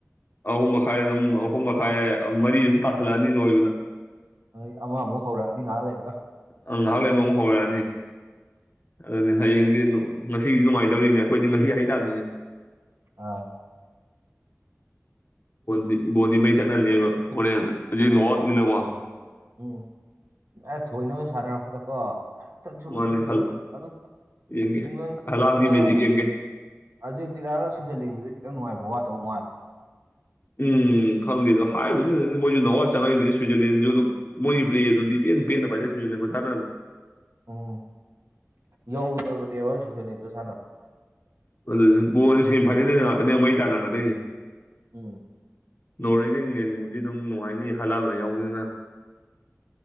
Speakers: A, on the left; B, on the right.
A: ꯑꯍꯨꯝ ꯃꯈꯥꯏ ꯑꯗꯨꯝ ꯑꯍꯨꯝ ꯃꯈꯥꯏ ꯃꯔꯤ ꯑꯗꯨꯝ ꯇꯥꯥꯁꯜꯂꯛꯑꯅꯤ ꯂꯣꯏꯕꯗ
B: ꯅꯣꯏ ꯑꯃꯥꯃꯨꯛ ꯍꯧꯔꯛꯑꯅꯤ ꯉꯍꯥꯛ ꯂꯩꯔꯒ
A: ꯑꯪ ꯅꯍꯥꯛ ꯂꯩꯔꯦ ꯑꯃ ꯃꯨꯛ ꯍꯧꯔꯛꯑꯅꯤ ꯑꯗꯨꯅꯤ ꯍꯌꯦꯡꯗꯤ
B: ꯅꯪ
A: ꯉꯁꯤꯗꯤ ꯅꯨꯡꯉꯥꯏꯗꯧꯔꯤꯅꯦ ꯑꯩꯈꯣꯏꯗꯤ ꯉꯁꯤ ꯍꯥꯏꯇꯥꯥꯝꯅꯤꯅꯦ
B: ꯑꯥ
A: ꯗꯤ ꯕꯣꯗꯤꯉꯩ ꯆꯠꯅꯅꯦꯕ ꯍꯣꯔꯦꯟ ꯍꯧꯖꯤꯛ ꯅꯣꯔꯠꯅꯤꯅꯀꯣ
B: ꯎꯝ ꯑꯦ ꯊꯣꯏꯅꯕ ꯁꯥꯟꯅꯔꯛꯄꯗꯀꯣ ꯆ
A: ꯃꯥꯅꯦ ꯍꯜ ꯌꯦꯡꯒꯦ
B: ꯏꯪꯂ
A: ꯍꯂꯥꯟꯒꯤ ꯃꯦꯖꯤꯛ ꯌꯦꯡꯒꯦ
B: ꯑꯗꯨꯦ ꯇꯤꯔꯥꯒ ꯁꯤꯖꯜꯂꯤꯅꯤꯡꯕꯗꯨꯁꯨ ꯈꯤꯇꯪ ꯅꯨꯡꯉꯥꯏꯕ ꯋꯥꯠꯇꯧ ꯃꯥꯜꯂꯦ
A: ꯎꯝ ꯈꯪꯗꯦ ꯑꯗ ꯍꯥꯏꯔꯤꯕꯗꯨꯗꯤ ꯃꯣꯏꯁꯨ ꯅꯋꯥ ꯆꯪꯉꯛꯏꯅꯤ ꯁ꯭ꯋꯤꯖꯔꯂꯦꯟꯁꯨ ꯑꯗꯨ ꯃꯣꯏꯒꯤ ꯄ꯭ꯂꯦ ꯑꯗꯨꯗꯤ ꯄꯦꯟ ꯄꯦꯟꯗ ꯄꯏꯗ ꯁꯨꯁꯤꯜꯂꯦꯣ ꯁꯥꯥꯟꯅ ꯑꯗꯨ
B: ꯎꯝ ꯌꯧꯒꯗꯕꯅꯦꯕ ꯁꯤꯖꯣꯂꯦꯟꯗꯣ ꯁꯥꯟꯅꯕ
A: ꯑꯗꯨꯗꯤ ꯕꯣꯟꯁ ꯁꯦꯝ ꯐꯥꯏꯅꯗꯣꯏ ꯉꯥꯛꯇꯅꯦ ꯃꯩ ꯇꯥꯅ ꯉꯗꯣꯏꯁꯦ
B: ꯎꯝ
A: ꯅꯣꯔꯋꯦꯒ ꯏꯪꯂꯦꯟꯕꯨꯗꯤ ꯑꯗꯨꯝ ꯅꯨꯡꯉꯥꯏꯅꯤ ꯍꯂꯥꯜ ꯍꯣꯏ ꯌꯥꯎꯕꯅꯤꯅ